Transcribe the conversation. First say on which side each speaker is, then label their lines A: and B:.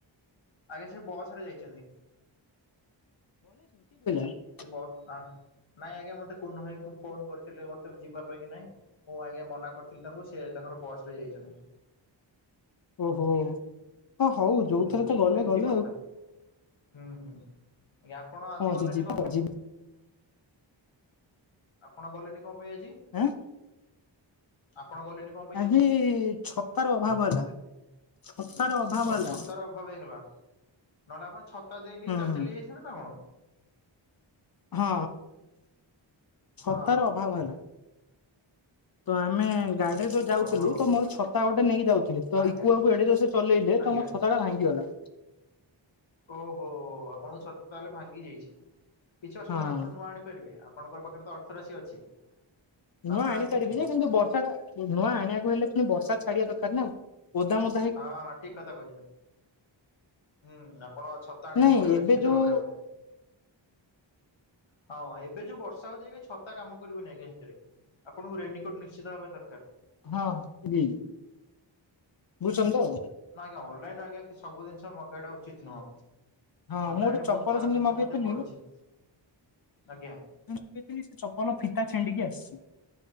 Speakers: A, on the left; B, on the left.
A: ଆଜ୍ଞା ସେ ବସ ରେ ଯାଇଛନ୍ତି
B: <unintelligible>
A: ଏବ ବର୍ଷା ନାଇଁ ଆଜ୍ଞା ମତେ କୁନୁ ଭାଇଙ୍କୁ ଫୋନ କରିଥିଲେ ମତେ ଯିବା ପାଇଁ କି ନାଇଁ? ମୁଁ ଆଜ୍ଞା ମନା କରିଥିଲି ତାଙ୍କୁ ସେ ତାଙ୍କର ବସ ରେ ଯାଇଚନ୍ତି।
B: ଓହୋ ହ ହଉ ଯୋଉଥିରେ
A: ହୁଁ
B: ତ ଗଲେ
A: ଏମିତି
B: ଗଲେ
A: କଥା
B: ଆଉ।
A: ହୁଁ ହୁଁ ଆଜ୍ଞା ଆପଣ ଆଜି
B: କଣ ଅଛି
A: ଗଲେଣିି
B: ଯିବା
A: କଣ ପାଇଁ?
B: ଯିବା।
A: ଆପଣ ଗଲେନି କଣ ପାଇଁ ଆଜି?
B: ଆଁ
A: ଆପଣ ଗଲେନି କଣ ପାଇଁ
B: ଆଜି ଛତାର ଅଭାବ ହେଲା ଛତାର ଅଭାବ
A: ଓ
B: ହେଲା
A: ଛତାର ଅଭାବ ହେଇଗଲା ନହେଲେ ଆପଣ ଛତା ଦେଇ ନେଇ
B: ହୁଁ
A: ଚାଲି
B: ହୁଁ
A: ଚାଲି ଯାଇନ୍ତେ ନା କଣ?
B: ହଁ ଛତାର
A: ହଁ
B: ଅଭାବ ହେଲା। ତ ଆମେ ଗାଡିରେ ଯୋଉ ଯାଉଥିଲୁ
A: ଓହୋ
B: ତ ମୋର ଛତା ଗୋଟେ ନେଇକି ଯାଉଥିଲୁ। <unintelligible> ତ
A: ଆଜ୍ଞା
B: ଇକୁୁଆକୁ ଏଡେ ଯ ସେ ଚଲେଇଲେ
A: ଆଜ୍ଞା
B: ତୋର ଛତାଟା ଭାଙ୍ଗିଗଲା।
A: ଓହୋ ଆପଣଙ୍କ ଛତ ତାହେଲେ ଭାଙ୍ଗି ଯାଇଛି କିଛି ଅସୁବିଧା
B: ହଁ।
A: ନାହିଁ ଆପଣ ନୂଆ ଆଣିପାରିବେ ଆ ଆପଣଙ୍କ ପାଖରେ ତ ଅର୍ଥ ରାଶି ଅଛି। ନା
B: ନୂଆ
A: ଆପଣ
B: ଆଣିପାରିବି
A: ଆଣିବେନି?
B: ଯେ କିନ୍ତୁ ବର୍ଷା ଟା ନୂଆ ଆଣିବାକୁ ହେଲେ ପୁଣି ବର୍ଷା ଛାଡିବା ଦରକାର ନା ଗୋଦାମ
A: ହଁ ଠିକ କଥା କହୁଛନ୍ତି। ହୁଁ ଆପଣ ଛତା ଆଣିବାକୁ
B: ନାଇଁ
A: ପଡିବ
B: ଏବେ
A: ନିଶ୍ଚିନ୍ତ
B: ଯୋଉ
A: ଭାବରେ ଆପଣଙ୍କୁ। ହଁ ଏବେ ଜଉ ବର୍ଷା ହଉଚି ଏବେ ଛତା କାମ କରିବନି ଆଞା ହେଥିରେ। ଆପଣଙ୍କୁ ରେନିକୋଟ୍ ନିଶ୍ଚିତ ଭାବରେ ଦରକାର।
B: ହଁ ରିଲ୍। ବୁଝୁଛନ୍ତି ତ?
A: ନା ଆଜ୍ଞା ଅନଲାଇନରୁ ଆଜ୍ଞା ସବୁ ଜିନଷ ମଗେଇବା ଟା ଉଚିତ ନୁହଁ।
B: ହଁ
A: ଅନଲାଇନରେ
B: ମୁଁ ଗୋଟେ ଚପଲ
A: ବହୁତ ଖରାପ
B: ସେମିତି
A: ଜିନିଷ
B: ମଗେଇଥିଲି
A: ମଧ୍ୟ ପଡୁଛି। ଆଜ୍ଞା।
B: ତ କହିଥିଲି ସେ ଚପଲ ଫିତା ଛିଣ୍ଡିକି ଆସିଛି।